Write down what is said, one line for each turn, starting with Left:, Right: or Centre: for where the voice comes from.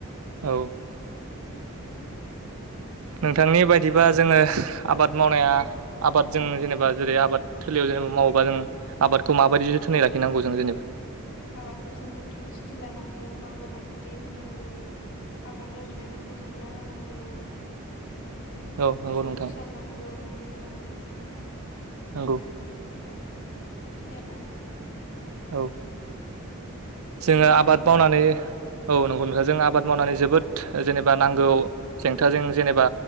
Right: औ नोंथांनि बायदिबा जोङो आबाद मावनाया आबाद जों जेनेबा जेरै आबाद थलियाव जेनेबा मावोबा जों आबादखौ माबायदि जदि थोनै लाखिनांग जेनबा
Left: आबादखौ जोंथ' जोथोन लानांगौ नांगौबायायदि दै होनांगौ हाग्रा रज'नायफोरखौ फुना होनांगौ
Right: औ नंगौ
Left: हासारफोर
Right: नोंथां
Left: सारनांगौ नोंथां
Right: नंगौ
Left: औ बिदिनो आरो आ दा
Right: औ
Left: नोंथाङाबो
Right: जोङो आबाद
Left: एसे
Right: मावनानै औ नंगौ नखा जों आबाद मावनानै जोबोद
Left: औ
Right: जेनेबा नांगौ जेंथाजों जेनेबा